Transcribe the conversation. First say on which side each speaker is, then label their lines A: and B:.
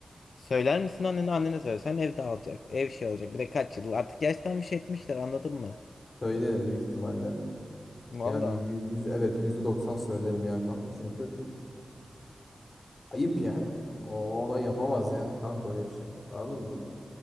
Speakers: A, on the left; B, on the left.
A: Söyler misin annene annene söylesen ev dağılacak. Ev şey olacak bir de kaç yıl artık yaşlanmış etmişler anladın mı?
B: Söylerim büyük ihtimalle.
A: Valla.
B: Yani yüz, yüz evet yüzde doksan söylerim ya kanka. Çünkü ayıp yani. O ona yapamaz yani kanka öyle bir şey. Anladın mı?